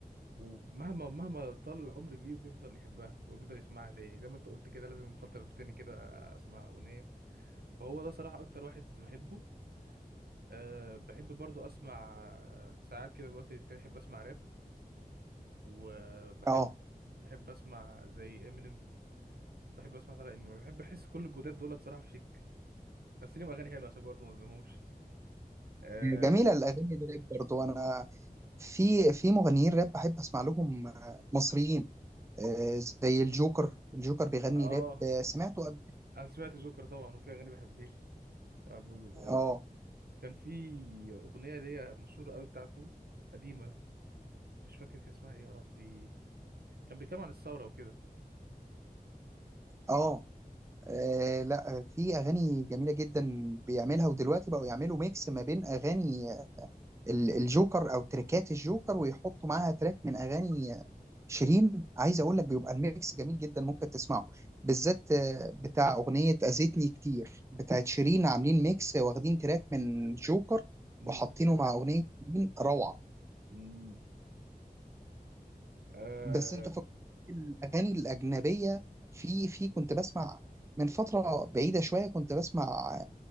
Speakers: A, on the right; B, on the right.
A: ومهما مهما طال العمر بيه بيفضل يحبها وبيفضل يسمعها تاني زي ما انت قلت كده لازم من فترة تاني كده اسمع أغنية فهو ده صراحة أكتر واحد بحبه أه بحب برضو أسمع آه، ساعات كده الوقت التاني بحب أسمع راب وبحب
B: اه
A: بحب أسمع زي إمينيم بحب أسمع ساعات إمينيم بحب أحس كل الجداد دول صراحة في شك بس ليهم أغاني حلوة عشان برضو مظلمهمش اه
B: جميله الاغاني الراب برضو انا في في مغنيين راب بحب اسمع لهم آه، مصريين آه، زي الجوكر الجوكر بيغني
A: آه،
B: راب آه، سمعته قبل
A: انا سمعت جوكر طبعا وفي اغاني بحبيش آه، ب- ب- ب-
B: اه
A: كان في اغنيه ليا مشهوره قوي بتاعته قديمه مش فاكر كان اسمها ايه يا ربي كان بيتكلم عن الثوره وكده
B: اه آه لا في اغاني جميله جدا بيعملها ودلوقتي بقوا يعملوا ميكس ما بين اغاني ال- الجوكر او تريكات الجوكر ويحطوا معاها تراك من اغاني شيرين عايز اقول لك بيبقى الميكس جميل جدا ممكن تسمعه بالذات آه، بتاع اغنيه اذيتني كتير بتاعت شيرين عاملين ميكس واخدين تراك من جوكر
A: امم
B: وحاطينه مع اغنيه شيرين روعه
A: امم اه
B: بس انت فكرت الاغاني الاجنبيه في في كنت بسمع من فتره بعيده شويه كنت بسمع